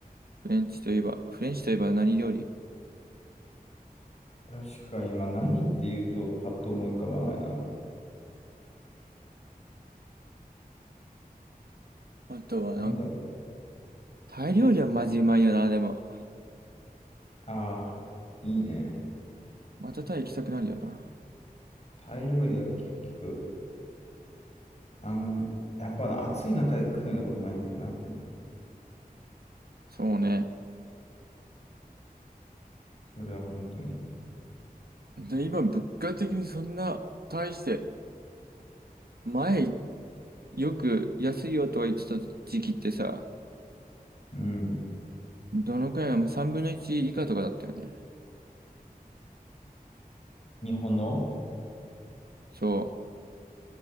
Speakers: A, on the right; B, on the left.
A: フレンチといえば、フレンチといえば何料理
B: う。確かに、まあ何って言うとパッと思い浮かばないな。
A: あとはなん
B: なんだろう。
A: タイ料理はマジうまいよな、でも。
B: ああ、いいね。
A: またタイ行きたくなるよな。
B: タイ料理は結局、あの、やっぱな暑い中で食うのがうまいんだよな。
A: そうね。
B: それは本当に。
A: で、今、物価的にそんな、大して、前、よく安いよとは言ってた時期ってさ、
B: うん。
A: どのくらいなの3分の1以下とかだったよね。
B: 日本の
A: そ